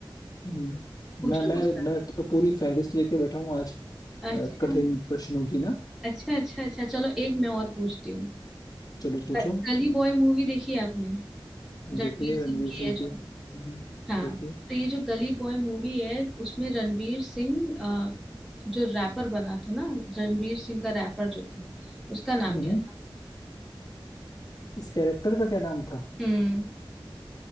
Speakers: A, on the left (about 45°); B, in the centre.
A: हम्म,
B: पूछो
A: मैं मैं
B: दूसरा
A: मैं तो पूरी फहरिस्त लेके बैठा हूँ आज
B: अच्छा
A: अ, कठिन प्रश्नों की ना
B: अच्छा अच्छा अच्छा चलो एक मैं और पूछती हूँ
A: चलो पूछो
B: ग- गली बॉय मूवी देखी है आपने
A: देखिए
B: रणवीर सिंह
A: रणवीर
B: की
A: सिंह
B: है
A: की
B: जो
A: हम्म,
B: हाँ
A: देखिए
B: तो ये जो गली बॉय मूवी है उसमें रणवीर सिंह अ, जो रैपर बना था ना रणवीर सिंह का रैपर जो था उसका नाम
A: हम्म,
B: क्या था
A: इस कैरेक्टर का क्या नाम था
B: हम्म